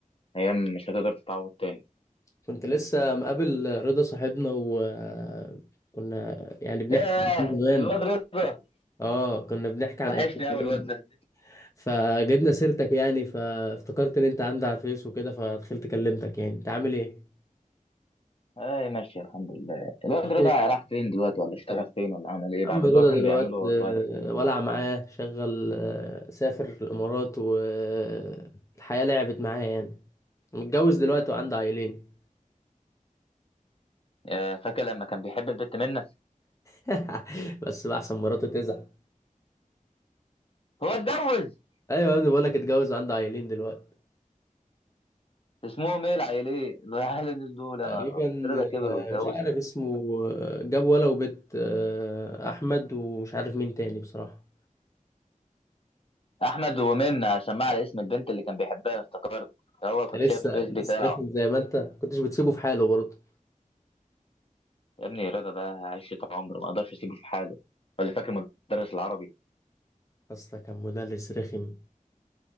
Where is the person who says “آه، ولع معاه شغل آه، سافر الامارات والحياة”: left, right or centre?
Left